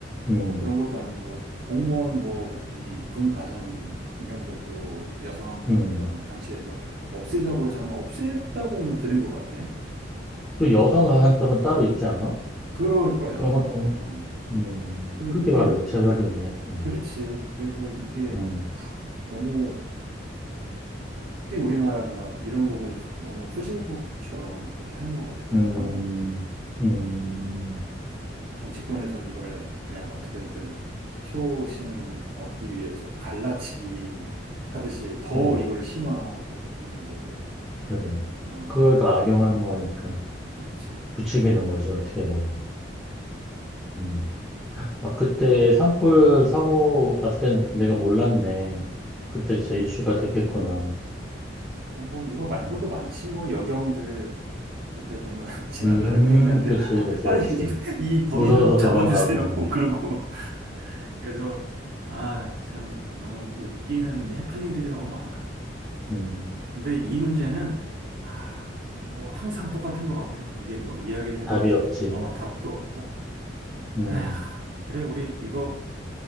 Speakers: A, on the right; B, in the centre.
A: 뭐
B: 음,
A: 그런 것도 아니고, 공무원 뭐 이 군 가산 이런 것도 여성
B: 음.
A: 어떤 단체에서 없애자고 해서 아마 없앴다고는 들은 것 같아. 어,
B: 또
A: 그런,
B: 여성 가산점은 따로 있지 않아?
A: 그럴 거야.
B: 그런 것도,
A: 어, 어.
B: 음,
A: 그
B: 그게
A: 이게,
B: 바로 역차별이네. 음,
A: 그렇지. 그래서 이게
B: 음,
A: 너무, 특히 우리나라가 이런 부분에 있어서 너무 후진국처럼 그렇게 하는 것 같아가지고,
B: 음, 음.
A: 음. 정치권에선 이거를 그냥 어떻게든 표심을 얻기 위해서 갈라치기 하듯이 더
B: 그래,
A: 이거를 심화하고 이 문제를
B: 그래.
A: 어
B: 그걸 더 악용하는 거니까
A: 그렇지
B: 부추기는 거지, 어떻게 보면. 음. 아, 그때 산불
A: 음아음음
B: 사고 났을 땐 내가 몰랐네. 그때 진짜 이슈가 됐겠구나.
A: 아니 뭐 이거 말고도
B: 음,
A: 많지 뭐 여경들 그때 보면 <laughs> 지나가는
B: 음,
A: 행인한테
B: 그치,
A: 아,
B: 그치,
A: 빨리
B: 그치.
A: <laughs> 이 범인
B: 무서워서
A: 잡아주세요
B: 도망가고.
A: <laughs> 그런 거 그래서 아 참 너무 웃기는 해프닝들이 너무 많아.
B: 음.
A: 근데 이 문제는 아, 뭐 항상 똑같은 것 같아. 이게 뭐 이야기를 해도
B: 답이 없지.
A: 어, 답도 없고.
B: 음,
A: 에휴, 그래 우리 이거